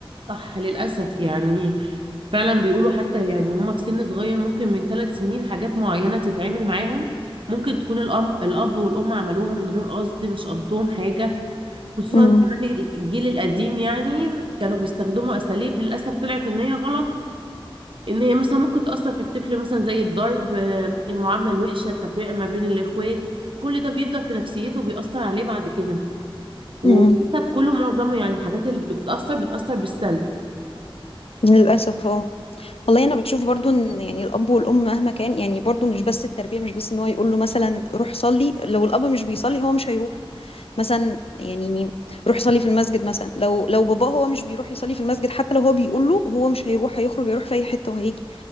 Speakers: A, on the right (about 60°); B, on the left (about 80°).
A: صح للأسف يعني فعلا بيقولوا حتى يعني هما في سن صغير ممكن من ثلاث سنين حاجات معينة تتعامل معاهم ممكن تكون الأم الأب والأم عملوها من غير قصد مش قصدهم حاجة خصوصا
B: امم
A: كمان الجيل القديم يعني كانوا بيستخدموا أساليب للأسف طلعت إن هي غلط ان هي مثلا ممكن تأثر في الطفل مثلا زي الضرب آه، المعاملة الوحشة التفرقة ما بين الإخوات كل ده بيفضل في نفسيته وبيأثر عليه بعد كده وللأسف
B: امم
A: كله معظمه يعني الحاجات اللي بتتأثر بتأثر بالسلب
B: للاسف اه والله انا بشوف برضو ان يعني الاب والام مهما كان يعني برضو مش بس التربيه مش بس ان هو يقول له مثلا روح صلي لو الاب مش بيصلي هو مش هيروح مثلا يعني روح صلي في المسجد مثلا لو لو باباه هو مش بيروح يصلي في المسجد حتى لو هو بيقول له هو مش هيروح هيخرج يروح في اي حته وهيجي